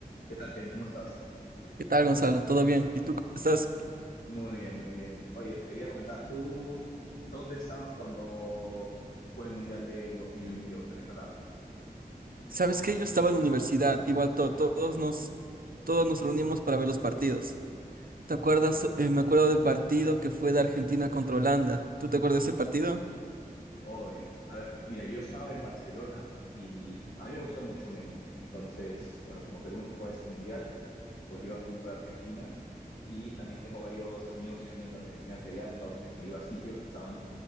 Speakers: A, on the left; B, on the right.
A: ¿Qué tal, Kevin? ¿Cómo estás?
B: ¿Qué tal, Gonzalo? ¿Todo bien? ¿Y tú cómo estás?
A: Muy bien, muy bien. Oye, te quería comentar, ¿tú dónde estabas cuando fue el Mundial del 2022, el de Qatar?
B: ¿Sabes qué? Yo estaba en la universidad, igual to- todos nos, todos nos reunimos para ver los partidos. ¿Te acuerdas? Eh, me acuerdo del partido que fue de Argentina contra Holanda. ¿Tú te acuerdas de ese partido?
A: Obvio. A ver, mira, yo estaba en Barcelona y a mí me gusta mucho Messi. Entonces, bueno, como Perú no juega este Mundial, pues iba full por Argentina y también tengo varios amigos y amigas de argentinas allá, entonces me iba a sitios que estaban